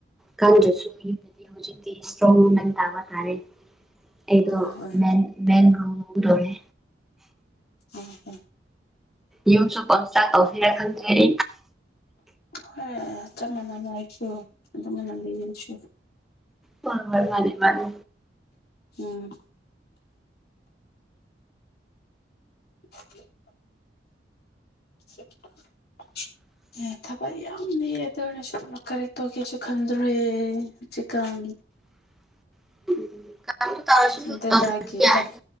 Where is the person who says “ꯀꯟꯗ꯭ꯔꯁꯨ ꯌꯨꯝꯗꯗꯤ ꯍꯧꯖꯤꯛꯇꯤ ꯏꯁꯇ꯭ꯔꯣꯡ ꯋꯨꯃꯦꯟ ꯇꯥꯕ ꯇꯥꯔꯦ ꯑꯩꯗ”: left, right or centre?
Centre